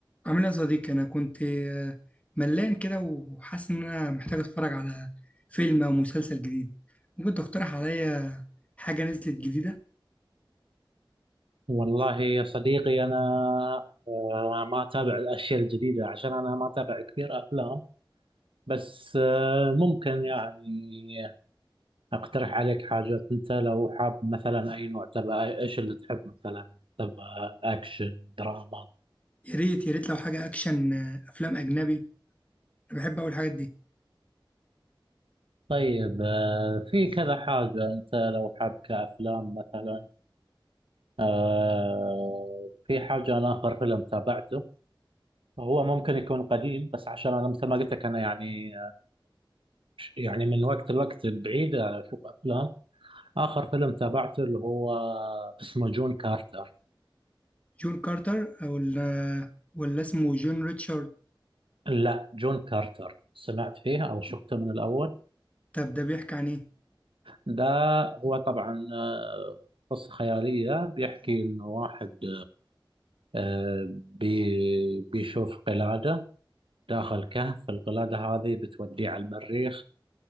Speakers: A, on the left; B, on the right.
A: عامل ايه يا صديقي انا كنت آه، ملان كده وحاسس ان انا محتاج اتفرج على فيلم او مسلسل جديد ممكن تقترح عليا حاجه نزلت جديده
B: والله يا صديقي أنا آه، ما أتابع الأشياء الجديدة عشان أنا ما أتابع كثير أفلام بس آه، ممكن يعني أقترح عليك حاجات أنت لو حاب مثلا أي نوع تبع إيش اللي تحب مثلا تبع أكشن دراما
A: يا ريت يا ريت لو حاجه اكشن آه، افلام اجنبي انا بحب اول الحاجات دي
B: طيب آه، في كذا حاجة أنت لو حاب كأفلام مثلا آه، في حاجة أنا آخر فيلم تابعته هو ممكن يكون قديم بس عشان أنا مثل ما قلت لك أنا يعني يعني من وقت لوقت بعيد أشوف أفلام آخر فيلم تابعته اللي هو اسمه جون كارتر
A: جون كارتر او ال- آه، ولا اسمه جون ريتشارد
B: لا جون كارتر سمعت فيه أو شفته من الأول
A: طب ده بيحكي عن ايه
B: ده هو طبعا آه، قصة خيالية بيحكي إنه واحد آه، بي بيشوف قلادة داخل كهف القلادة هذه بتوديه على المريخ